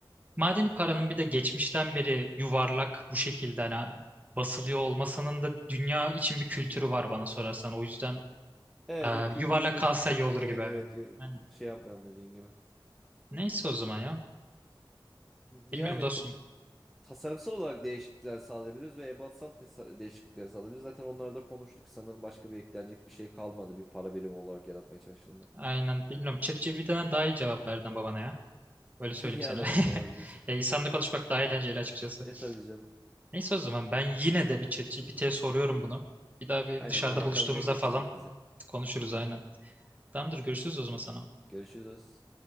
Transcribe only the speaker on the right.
madeni paranın bir de geçmişten beri yuvarlak bu şekilde hani basılıyor olmasının da dünya için bir kültürü var bana sorarsan. O yüzden
e,
yuvarlak
kalsa
iyi olur
gibi.
Yani
neyse o zaman ya.
Bilmiyorum dostum.
Aynen bilmiyorum. ChatGPT'den daha iyi cevap verdin babana ya. Öyle
söyleyeyim
sana.
<laughs>
Ya insanla
konuşmak daha eğlenceli açıkçası.
Neyse o zaman ben yine de bir ChatGPT'ye soruyorum bunu. Bir daha bir
dışarıda
buluştuğumuzda
falan
konuşuruz aynen. Tamamdır görüşürüz o zaman sana.